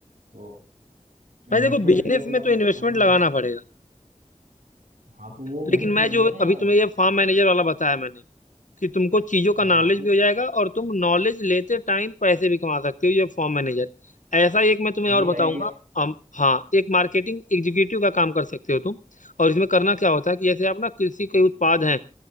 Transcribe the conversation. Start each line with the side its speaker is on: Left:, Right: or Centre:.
Right: तो
Left: भाई
Right: इन्वेस्टमेंट
Left: देखो बिजनेस
Right: के लिए तो
Left: में
Right: मतलब
Left: तो इन्वेस्टमेंट
Right: समझ रहे
Left: लगाना
Right: हो
Left: पड़ेगा
Right: हाँ तो वो
Left: लेकिन
Right: वही तो
Left: मैं
Right: नहीं
Left: जो
Right: है ना यार
Left: अभी
Right: अभी
Left: तुम्हें ये फार्म मैनेजर वाला बताया मैंने कि तुमको चीजों का
Right: हाँ
Left: नॉलेज
Right: तो
Left: भी हो जाएगा और तुम नॉलेज लेते टाइम पैसे भी कमा सकते हो ये फॉर्म मैनेजर ऐसा ही एक मैं तुम्हें और
Right: ये
Left: बताऊंगा
Right: आइडिया
Left: हम हाँ एक मार्केटिंग एग्जीक्यूटिव का काम कर सकते हो तुम और इसमें करना क्या होता है कि जैसे आप ना कृषि के उत्पाद हैं